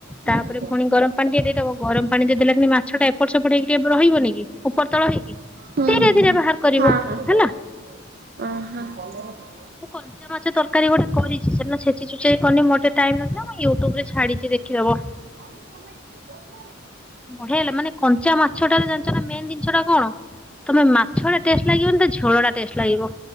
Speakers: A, on the right (about 50°); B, in the centre.
A: ହୁଁ
B: ତା ପରେ ଫୁଣି ଗରମ ପାଣି ଟିକେ ଦେଇ ଦବ। ଗରମ ପାଣି ଯଦ ଦେଲେ କି ମାଛ ଟା ଏପଟ ସେପଟ ହେଇକି ରହିବନି କି ଉପର ତଳ ହେଇକି
A: ହୁଁ
B: ଧୀରେ ଧୀରେ ବାହାର କରିବ
A: ହଁ ହ ହଁ
B: ହେଲା।
A: ହ ହଁ ହଁ।
B: ମୁଁ କଞ୍ଚାମାଛ ତରକାରୀ ଗୋଟେ କରିଚି ସେଟା <inaudible> ମତେ ଟାଇମ ନଥିଲା ମୁଁ ୟୁଟ୍ୟୁବ୍ ରେ ଛାଡ଼ିଚି ଦେଖି ଦବ।
A: କାଲି ସମୟେ ଟିକେ ବହୁ
B: ବଢିଆ ହେଲା ମାନେ କଞ୍ଚା ମାଛ ଟାରେ ଜାଣିଛ ନା ମେନ ଜିନିଷ ଟା କଣ ତମେ ମାଛ ଟା ଟେଷ୍ଟ ଲାଗିବନି ତା ଝୋଳ ଟା ଟେଷ୍ଟ ଲାଗିବ